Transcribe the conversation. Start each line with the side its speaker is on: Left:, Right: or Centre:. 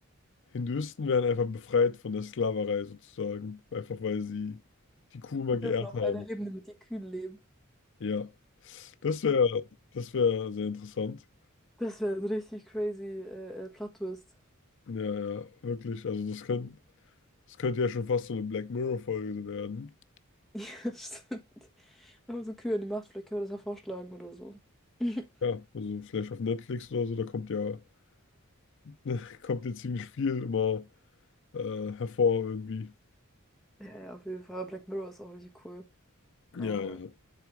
Left: Hinduisten wären einfach befreit von der Sklaverei sozusagen, einfach weil sie die Kuh immer
Centre: Die
Left: geehrt
Centre: dürfen auf
Left: haben.
Centre: einer Ebene mit den Kühen leben.
Left: Ja, das wäre das wäre sehr interessant.
Centre: Das wäre ein richtig crazy äh, äh, Plot-Twist.
Left: Ja, ja, wirklich. Also das könnte das könnte ja schon fast so eine Black Mirror-Folge so werden.
Centre: <laughs> Ja, stimmt. Wenn man so Kühe in die Macht, vielleicht können wir das ja vorschlagen oder so. <laughs>
Left: Ja, also vielleicht auf Netflix oder so, da kommt ja, <laughs> kommt ja ziemlich viel immer äh, hervor irgendwie.
Centre: Ja, ja, auf jeden Fall. Black Mirror ist auch richtig cool.
Left: Ja,
Centre: Aber
Left: ja.